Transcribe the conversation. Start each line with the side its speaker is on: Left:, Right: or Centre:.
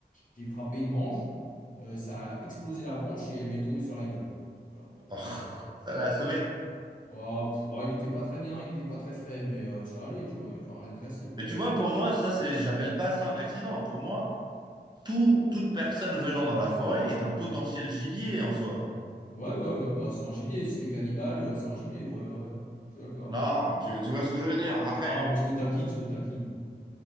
Left: j'ai frappé une branche. Euh, ça a explosé la branche et elle lui est tombée sur la gueule. Voilà.
Right: <laughs> Oh, ça l'a assommé.
Left: Ouah, pff, ouah, il était pas très bien, il était pas très frais, mais euh, ça allait, tu vois, il a pas rien de cassé, quoi.
Right: Mais tu vois, pour moi, ça, c'est, j'appelle pas ça un accident. Pour moi, tout, toute personne venant dans la forêt est un potentiel gibier en soi.
Left: Ouais, ouais, ouais, bah c'est un gibier, si t'es cannibale, euh, c'est un gibier, ouais, ouais, je suis d'accord.
Right: Non, tu, tu vois ce que je veux dire. Après,
Left: Non, mais je te taquine, je te taquine.